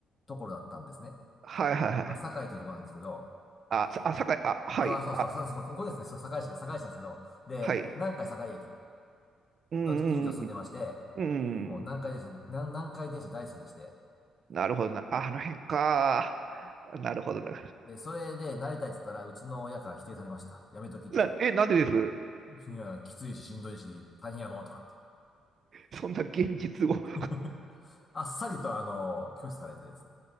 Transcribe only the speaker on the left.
ところだったんですね。
まあ、堺というところなんですけど、
あ、あそうそうそう、
そう、ここですね、そう堺市、堺市なんですけど、で、
南海堺駅
の近所住んでまして、
もう南海電車、
南、南海電車大好きでして、
で、それでなりたいって言ったら、うちの親から否定されました。やめときと。
いや、きついし、しんどいし、大変やろ、とかって。
<laughs> あっさりと、あの、拒否されてですね。